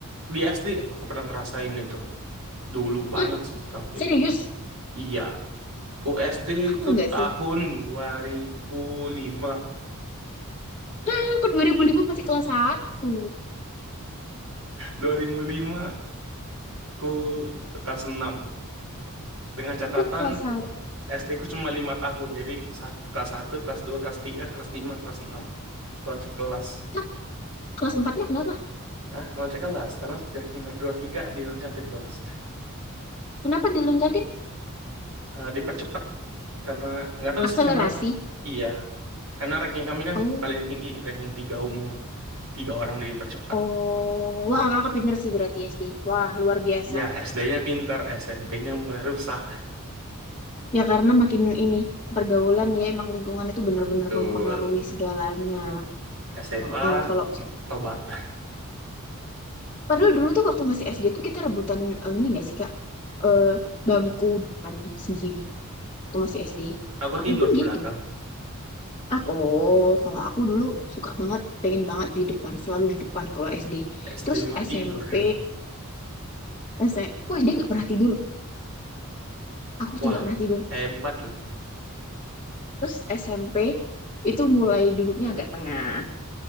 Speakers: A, on the right; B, on the left.
A: di SD aku pernah ngerasain itu. Dulu
B: Hah,
A: banget sih tapi
B: serius?
A: iya. Ku SD
B: Aku
A: itu
B: enggak
A: tahun
B: sih.
A: 2005.
B: Hah, aku 2005 masih kelas satu
A: 2005 <laughs> ku kelas enam Dengan catatan
B: Aku kelas satu
A: SD ku cuma lima tahun. Jadi satu, kelas satu kelas dua kelas tiga kelas lima kelas enam Loncat kelas.
B: Hah, kelas empatnya kenapa?
A: Nah, loncat kelas. Karena di ranking 1, 2, 3 diloncatin kelasnya.
B: Kenapa diloncatin?
A: Eh, dipercepat. Karena, nggak tahu
B: Akselerasi.
A: sih kenapa. Iya. Karena ranking kami kan
B: Oh.
A: paling tinggi. Ranking tiga umum. Tiga orang dipercepat.
B: Oh, wah kakak pinter sih berarti SD. Wah, luar biasa.
A: Ya, SD-nya pinter. SMP-nya mulai rusak.
B: Ya karena makin ini pergaulan ya emang lingkungan itu bener-bener
A: Betul.
B: mempengaruhi segalanya.
A: SMA,
B: Oh, kalau
A: tobat.
B: padahal dulu tuh waktu masih SD tuh kita rebutan eh, ini gak sih Kak? Eh, bangku depan sendiri waktu masih SD.
A: Aku
B: Aku
A: tidur
B: pun
A: di belakang.
B: gitu. Ah, oh, kalau aku dulu suka banget, pengen banget di depan, selalu di depan kalau SD.
A: SD
B: Terus
A: mah tidur
B: SMP,
A: ya.
B: SMP, aku SD nggak pernah tidur. Aku
A: Wah,
B: SD nggak pernah tidur.
A: hebat loh.
B: Terus SMP itu mulai duduknya agak tengah.